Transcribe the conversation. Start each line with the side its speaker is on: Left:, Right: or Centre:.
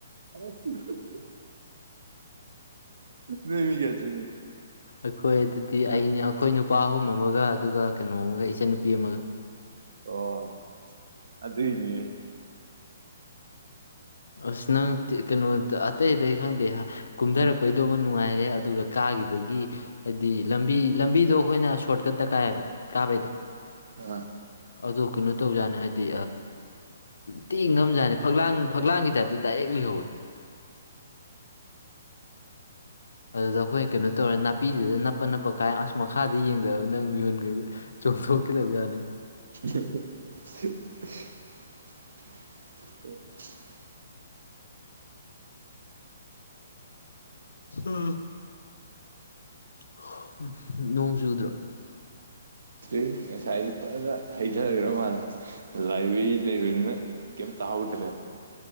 Right: ꯍ <unintelligible> ꯅꯃꯤ ꯀꯦ ꯆ
Left: ꯑꯩꯈꯣꯏ ꯑꯗꯨꯗꯤ ꯑꯩꯅ ꯑꯩꯈꯣꯏ ꯅꯨꯄꯥ ꯑꯍꯨꯝ ꯑꯃꯒ ꯑꯗꯨꯒ ꯀꯩꯅꯣ ꯑꯃꯒ ꯏꯆꯟꯅꯨꯄꯤ ꯑꯃꯒ
Right: ꯑꯣ ꯑꯗꯨ ꯑꯗꯨꯅꯦ
Left: ꯑꯁꯅꯪ ꯀꯩꯅꯣ ꯑꯇꯩ ꯑꯇꯩ ꯈꯪꯗꯦ ꯀꯨꯝꯊꯔꯛꯄꯩꯗꯣꯃ ꯅꯨꯡꯉꯥꯏꯔꯦ ꯑꯗꯨꯒ ꯀꯥꯈꯤꯕꯒꯤ ꯍꯥꯏꯗꯤ ꯂꯝꯕꯤ ꯂꯝꯕꯤꯗꯣ ꯑꯩꯈꯣꯏꯅ ꯁꯣꯔꯠꯀꯠꯇ ꯀꯥꯏꯌꯦꯕ ꯀꯥꯕꯩꯗꯣ
Right: ꯑꯥ
Left: ꯑꯗꯨ ꯀꯩꯅꯣ ꯇꯧꯖꯥꯠꯅꯦ ꯍꯥꯏꯗꯤ ꯇꯤ ꯉꯝꯖꯥꯅꯤ ꯐꯛꯂꯥꯡ ꯐꯛꯂꯥꯡꯒꯤ ꯇꯥꯏꯞꯇ ꯗꯥꯏꯔꯦꯛꯂꯤꯍꯧꯋꯤ ꯑꯗꯨꯗ ꯑꯩꯈꯣꯏ ꯀꯩꯅꯣ ꯇꯧꯔꯦ ꯅꯥꯄꯤꯗꯨꯗ ꯅꯞꯄ ꯅꯞꯄ ꯀꯥꯏ ꯑꯁ ꯃꯈꯥꯗ ꯌꯦꯡꯗꯕ ꯅꯪ ꯃꯤꯣꯟ ꯆꯣꯡꯊꯣꯛꯀꯗꯕ ꯌꯥꯅꯤ
Right: <unintelligible> <unintelligible>
Left: ꯍꯥ <unintelligible> ꯅꯣꯡ ꯆꯨꯗ꯭ꯔꯣ
Right: ꯊꯨꯏ ꯉꯁꯥꯏ ꯐꯖꯥꯅ ꯍꯩꯊꯔꯒ ꯃꯥꯜꯂꯦ꯫ ꯂꯥꯏꯕ꯭ꯔꯦꯔꯤ ꯂꯩꯕꯅꯤꯅ ꯀꯦꯝ ꯇꯥꯍꯧꯗ꯭ꯔꯦ